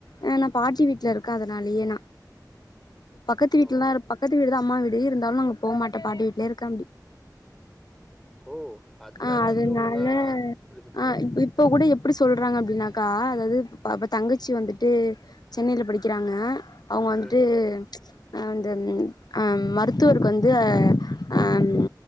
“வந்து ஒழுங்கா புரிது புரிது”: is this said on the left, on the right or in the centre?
Centre